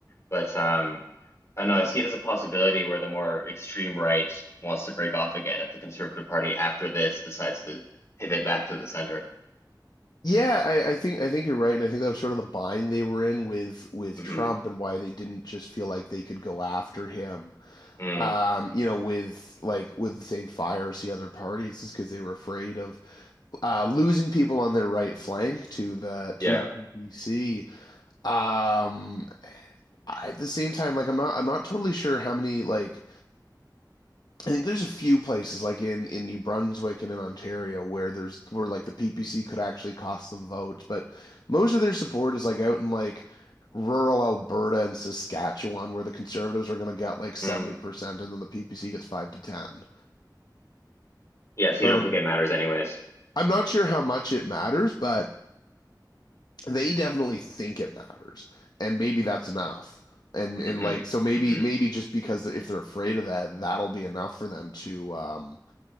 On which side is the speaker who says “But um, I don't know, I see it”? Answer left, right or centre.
Left